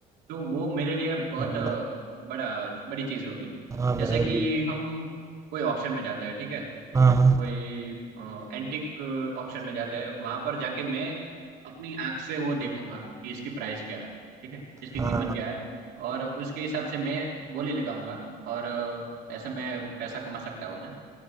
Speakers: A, on the right (about 85°); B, on the right (about 20°).
A: तो वो मेरे लिए बहुत
B: हाँ
A: अ, बड़ा बड़ी चीज होगी
B: हाँ, हाँ
A: जैसे
B: भाई
A: कि हम कोई ऑक्शन में जाते हैं ठीक है
B: हाँ हाँ
A: कोई एंटिक ऑक्शन में जाते हैं वहां पर जाके मैं अपनी आंख से वो देखूंगा कि इसकी प्राइस क्या है ठीक है इसकी
B: हाँ
A: कीमत क्या है और उसके हिसाब से मैं बोली लगाऊंगा और अ, ऐसे मैं पैसा कमा सकता हूँ ना